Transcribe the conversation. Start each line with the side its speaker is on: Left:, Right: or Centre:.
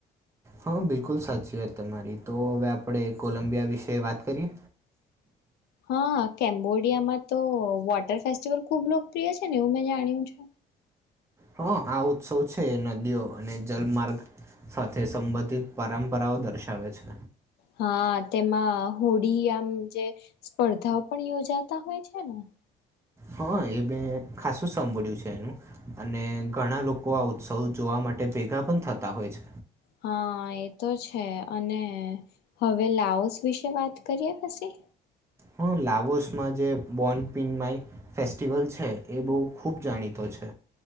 Right: હા બિલકુલ સાચી વાત તમારી તો હવે આપણે કોલંબિયા વિશે વાત કરીએ.
Left: હા કેમ્બોડિયામાં તો વોટર ફેસ્ટિવલ ખુબ લોકપ્રિય છે ને એવું મેં જાણ્યું છે.
Right: હા આ ઉત્સવ છે નદીઓ અને જલમાર્ગ સાથે સંબંધિત પરંપરાઓ દર્શાવે છે.
Left: હા તેમાં હોળી આમ જે સ્પર્ધાઓ પણ યોજાતા હોય છે ને
Right: હા, એ મેં ખાસું સાંભળ્યું છે, એનું અને ઘણા લોકો આ ઉત્સવ જોવા માટે ભેગા પણ થતા હોય છે
Left: હા, એ તો છે અને હવે લાઓસ વિશે વાત કરીએ પછી
Right: હા, લાવોસમાં જે બોનપિન માય ફેસ્ટિવલ છે એ બહુ ખુબ જાણીતો છે